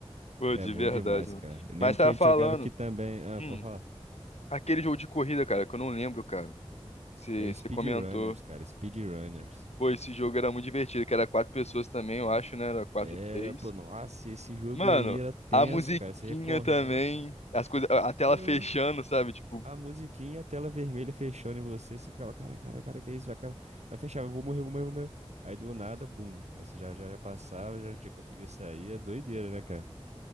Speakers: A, on the left; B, on the right.
A: Pô,
B: É
A: de
B: bom
A: verdade,
B: demais,
A: mano.
B: cara. Eu lembro
A: Mas tava
B: que a gente
A: falando.
B: jogava aqui também. Ah,
A: hum,
B: pode falar.
A: Aquele jogo de corrida, cara, que eu não lembro, cara. Você
B: É o
A: você
B: Speedrunners,
A: comentou.
B: cara. Speedrunners.
A: Pô, esse jogo era muito divertido, que era quatro pessoas também, eu acho, né? Era quatro,
B: Era,
A: três.
B: pô, nossa, esse jogo
A: Mano,
B: aí era tenso,
A: a musiquinha
B: cara. Você ia correndo.
A: também, as coisas, a a tela
B: Pô,
A: fechando, sabe? Tipo,
B: a musiquinha, a tela vermelha fechando em você. Você ficava, cara, cara, cara, que isso? Vai, acabar- vai fechar, eu vou morrer, eu vou morrer, eu vou morrer. Aí do nada, bum. Aí você já, já, já passava, já, já conseguia sair. É doideira, né, cara?